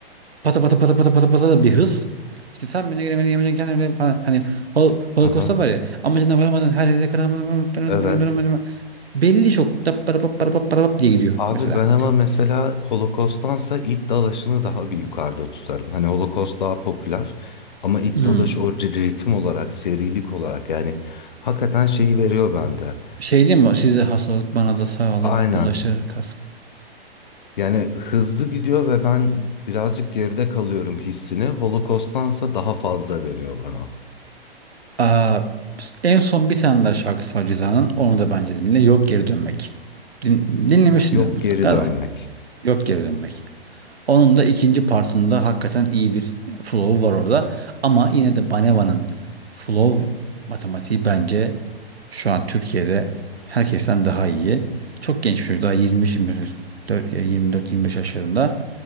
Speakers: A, on the right; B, on the left.
A: pata pata pata pata pata pata da bir hız. İşte sen beni giremedin yemeyeceksin kendin öyle falan. Hani hol, Holocaust'ta
B: Aha,
A: var ya amacına varamadın her yerde karamadın
B: evet.
A: belli çok da para para para para diye gidiyor
B: Abi
A: mesela.
B: ben ama mesela Holocaust'tansa it dalaşını daha bir yukarıda tutarım. Hani Holocaust daha popüler ama it
A: Hmm.
B: dalaşı o ritim olarak, serilik olarak yani hakikaten şeyi veriyor bende.
A: Şey değil mi? Size hastalık bana da sağlık
B: Aynen.
A: bulaşır kas.
B: Yani hızlı gidiyor ve ben birazcık geride kalıyorum hissini. Holocaust'tansa daha fazla veriyor bana.
A: Aa, en son bir tane daha şarkısı var Ceza'nın. Onu da bence dinle. Yok geri dönmek. Din- dinlemişsindir
B: Yok
A: mutlaka
B: geri dönmek.
A: da. Yok geri dönmek. Onun da ikinci partında hakikaten iyi bir flow var orada. Ama yine de Baneva'nın flow matematiği bence şu an Türkiye'de herkesten daha iyi. Çok genç bir çocuk daha 23-24 ya 24-25 yaşlarında.